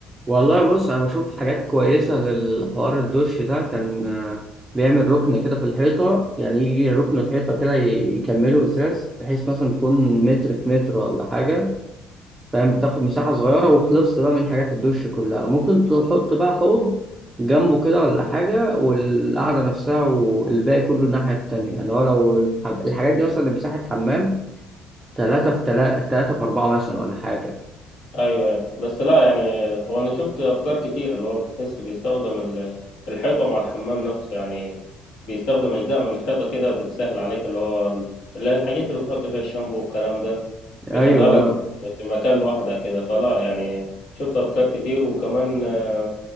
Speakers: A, on the right; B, on the left.
A: والله بص انا بشوف حاجات كويسة للحوار الدش ده كان آه، بيعمل ركن كده في الحيطة يعني يجي ركن الحيطة كده ي- يكمله أساس بحيث مثلا تكون متر في متر ولا حاجة فاهم بتاخد مساحة صغيرة وخلصت بقى من حاجات الدش كلها ممكن تحط بقى حوض جنبه كده ولا حاجة والقعدة نفسها والباقي كله الناحية التانية يعني هو لو الح- الحاجات دي مثلا مساحة حمام تلاتة في تلاتة تلاتة في أربعة مثلا ولا حاجة
B: ايوه ايوه بس لا يعني هو انا شفت افكار كتير اللي هو بتحس بيستخدم ال- الحيطه مع الحمام نفسه يعني بيستخدم اجزاء من الحيطه كده بتسهل عليك اللي هو ال- اللي هي الحاجات اللي بتحط فيها الشامبو والكلام ده
A: أيوه
B: بيخليها لك في مكان لوحدها كده فلا يعني شفت افكار كتير وكمان آه،